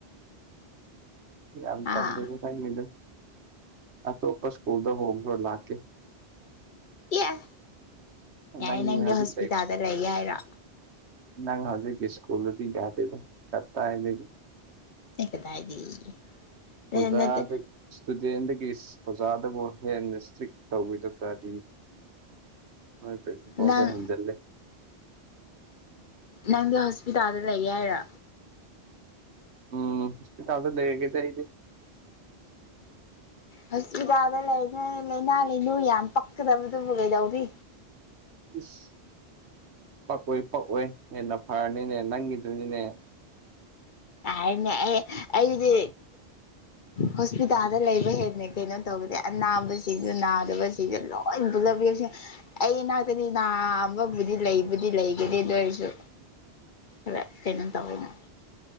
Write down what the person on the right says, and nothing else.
ꯌꯥꯝ
ꯇꯜꯂꯦꯗ ꯑꯇꯣꯞꯄ ꯁ꯭ꯀꯨꯜꯗ ꯍꯣꯡꯕꯔꯣ ꯂꯥꯛꯀꯦ
ꯅꯪ
ꯍꯧꯖꯤꯛ
ꯅꯪ ꯍꯧꯖꯤꯛꯀꯤ ꯏꯁꯀꯨꯜꯗꯨꯗꯤ ꯌꯥꯗꯦꯗ ꯀꯗꯥꯏꯗꯒꯤ꯫
ꯑꯣꯖꯥꯗꯩ
ꯏꯁꯇꯨꯗꯦꯟꯗꯒꯤ ꯑꯣꯖꯥꯗꯕꯨ ꯍꯦꯟꯅ ꯏꯁꯇ꯭ꯔꯤꯛ ꯇꯧꯋꯤꯗ ꯀꯗꯤ <unintelligible>
ꯎꯝ ꯍꯣꯁꯄꯤꯇꯥꯜꯗ ꯂꯩꯔꯒꯦꯗꯤ ꯑꯩꯗꯤ
ꯏꯁ ꯄꯛꯑꯣꯏ ꯄꯛꯑꯣꯏ ꯍꯦꯟꯅ ꯐꯔꯅꯤꯅꯦ ꯅꯪꯒꯤꯗꯨꯅꯅꯦ